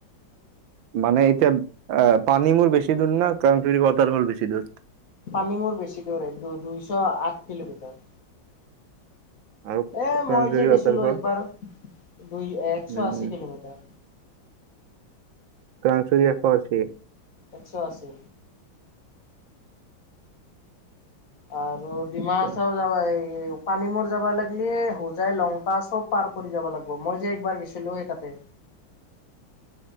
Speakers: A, on the right; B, on the left.
A: মানে এতিয়া, আহ পানী মূৰ বেছি দূৰ না ক্ৰাংচুৰি ৱাটাৰ ফল বেছি দূৰ?
B: পানী মোৰ বেছি দূৰ হয়, দু-দুইশ আঠ কিলোমিটাৰ।
A: আৰু
B: এ
A: ক্ৰাংচুৰি
B: মই যে গেছিলো
A: ৱাটাৰ ফল
B: একবাৰ। দুই- একশ
A: উম
B: আশী
A: উম
B: কিলোমিটাৰ।
A: ক্ৰাংচুৰি এশ আশী।
B: একশ আশী আৰু ডিমা হাছাও?
A: অ
B: যোৱা বা এই পানী মূৰ যাব লাগিলে হোজাই লংকা চব পাৰ কৰি যাব লাগব মই যে এইবাৰ গেছ। এ লৈ তাতে।